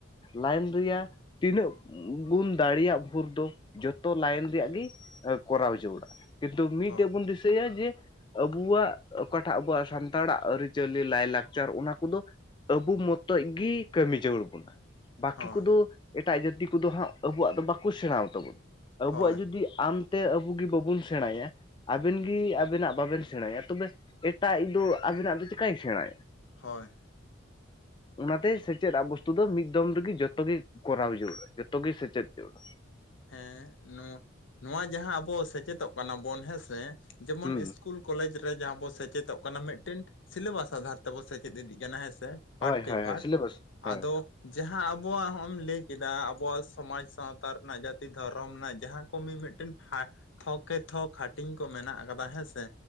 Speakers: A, on the left; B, on the left.
A: ᱞᱟᱭᱮᱱ ᱨᱮᱭᱟᱜ ᱛᱤᱱᱟᱹᱜ ᱵᱩᱱ ᱫᱟᱲᱮᱭᱟᱜᱽ ᱵᱷᱳᱨ ᱫᱚ ᱡᱚᱛᱚ ᱞᱟᱭᱤᱱ ᱨᱮᱭᱟᱜ ᱜᱮ ᱠᱚᱨᱟᱣ ᱪᱳ ᱵᱚᱱᱟ ᱠᱤᱱᱛᱩ ᱢᱤᱫᱴᱮᱡᱽ
B: ᱦᱳᱭ
A: ᱵᱚᱱ ᱫᱤᱥᱟᱹᱭᱟ ᱡᱮ ᱟᱵᱩᱣᱟᱜ ᱚᱠᱟᱴᱟᱜ ᱟᱵᱚᱣᱟᱜ ᱥᱟᱱᱛᱟᱲᱟᱜ ᱟᱹᱨᱤᱪᱟᱹᱞᱤ ᱞᱟᱭᱼᱞᱟᱠᱪᱟᱨ ᱚᱱᱟ ᱠᱩᱫᱚ ᱟᱵᱩ ᱢᱚᱛᱚᱡᱽ ᱜᱮ ᱠᱟᱹᱢᱤ ᱡᱟᱹᱨᱩᱲ ᱵᱚᱱᱟ ᱵᱟᱹᱠᱤ
B: ᱦᱳᱭ
A: ᱠᱩᱫᱚ ᱮᱴᱟᱜ ᱡᱟᱹᱛᱤ ᱠᱩᱫᱚ ᱦᱟᱸᱜ ᱟᱵᱚᱣᱟᱜ ᱫᱚ ᱵᱟᱠᱩ ᱥᱮᱬᱟ ᱟᱛᱟᱵᱚᱱ ᱟᱵᱚᱣᱟᱜ
B: ᱦᱳᱭ
A: ᱡᱩᱫᱤ ᱟᱢᱛᱮ ᱟᱵᱩ ᱜᱮ ᱵᱟᱵᱩᱱ ᱥᱮᱬᱟᱭᱟ ᱟᱵᱮᱱ ᱜᱮ ᱟᱵᱤᱱᱟᱜ ᱵᱟᱵᱮᱱ ᱥᱮᱬᱟᱭᱟ ᱛᱚᱵᱮ ᱮᱴᱟᱜ ᱤᱡ ᱫᱚ ᱟᱵᱤᱱᱟᱜ ᱫᱚ ᱪᱤᱠᱟᱹᱭ ᱥᱮᱬᱟᱭᱟ
B: ᱦᱳᱭ
A: ᱚᱱᱟᱛᱮ ᱥᱮᱪᱮᱫ ᱟᱵᱚᱥᱛᱩ ᱫᱚ ᱢᱤᱫ ᱫᱚᱢ ᱨᱮᱜᱮ ᱡᱚᱛᱚ ᱜᱮ ᱠᱚᱨᱟᱣ ᱡᱟᱹᱨᱩᱲᱟ ᱡᱚᱛᱚ ᱜᱮ ᱥᱮᱪᱮᱫ ᱡᱟᱹᱨᱩᱲᱟ
B: ᱦᱮᱸ ᱱᱚᱣᱟ ᱱᱚᱣᱟ ᱡᱟᱦᱟᱸ ᱟᱵᱚ ᱥᱮᱪᱮᱫᱚᱜ ᱠᱟᱱᱟ ᱵᱚᱱ ᱦᱮᱸᱥᱮ ᱡᱮᱢᱚᱱ
A: ᱦᱩᱸ
B: ᱤᱥᱠᱩᱞ ᱠᱚᱞᱮᱡᱽ ᱨᱮ ᱡᱟᱦᱟᱸ ᱵᱚ ᱥᱮᱪᱮᱫᱚᱜ ᱚᱱᱟ ᱢᱤᱫᱴᱮᱱ ᱥᱤᱞᱮᱵᱟᱥ ᱟᱫᱷᱟᱨ ᱛᱮᱵᱚᱱ ᱥᱮᱪᱮᱫ ᱤᱫᱤᱜᱽ ᱠᱟᱱᱟ ᱦᱮᱸ ᱥᱮ ᱯᱟᱴ
A: ᱦᱳᱭ
B: ᱠᱮ
A: ᱦᱳᱭ
B: ᱯᱟᱴ
A: ᱦᱳᱭ ᱥᱤᱞᱮᱵᱟᱥ ᱦᱳᱭ
B: ᱟᱫᱚ ᱡᱟᱦᱟᱸ ᱟᱵᱚᱣᱟᱜ ᱦᱚᱸᱜ ᱮᱢ ᱞᱟᱹᱭ ᱠᱮᱫᱟ ᱟᱵᱚᱣᱟᱜ ᱥᱚᱢᱟᱡᱽ ᱥᱟᱶᱛᱟ ᱨᱮᱱᱟᱜ ᱡᱟᱼᱼ ᱛᱤ ᱫᱷᱚᱨᱚᱢ ᱨᱮᱱᱟᱜ ᱡᱟᱦᱟᱸ ᱠᱚ ᱢᱤᱼᱢᱤᱫ ᱴᱮᱱ ᱛᱷᱟ ᱛᱷᱚᱠᱮ ᱛᱷᱚᱠ ᱦᱟᱹᱴᱤᱧ ᱠᱚ ᱢᱮᱱᱟᱜᱽ ᱟᱠᱟᱫᱟ ᱦᱮᱸ ᱥᱮ